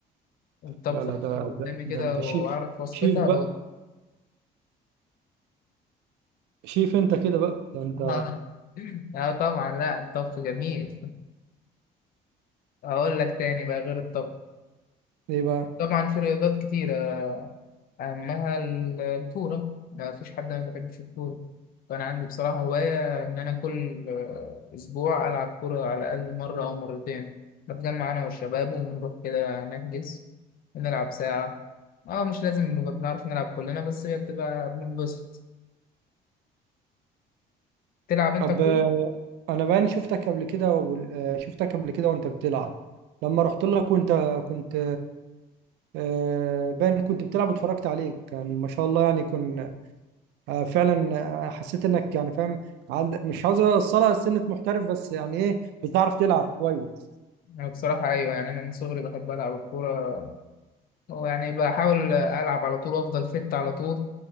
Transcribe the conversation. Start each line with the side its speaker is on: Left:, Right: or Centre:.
Left: الطبخة
Right: لا لا ده
Left: بتيجي قدامي
Right: ده,
Left: كده
Right: ده انت
Left: وأعرف
Right: شيف
Left: وصفتها
Right: شيف بقى
Left: بقول
Right: شيف انت كده بقى ده انت
Left: آه <laughs> لا طبعا لا الطبخ جميل <laughs> أقول لك تاني بقى غير الطبخ
Right: ايه بقى
Left: طبعا في رياضات كتيرة أما ال- الكورة ما فيش حد ما بيحبش الكورة فأنا عندي بصراحة هواية إن أنا كل آه، أسبوع ألعب كورة على الأقل مرة أو مرتين بتجمع أنا والشباب وبنروح كده نحجز ونلعب ساعة أه مش لازم نبقى بنعرف نلعب كلنا بس هي بتبقى بننبسط تلعب أنت
Right: طب
Left: كورة؟
Right: آه، انا باين شفتك قبل كده وال- آه، شفتك قبل كده وانت بتلعب لما رحت لك وانت كنت آه، باين كنت بتلعب واتفرجت عليك كان ما شاء الله يعني كن آه، فعلا آه، حسيت انك يعني فاهم عند مش عاوز اوصلها لسنة محترف بس يعني ايه بتعرف تلعب كويس
Left: أنا بصراحة أيوة يعني أنا من صغري بحب ألعب الكورة ويعني بحاول ألعب على طول وأفضل فت على طول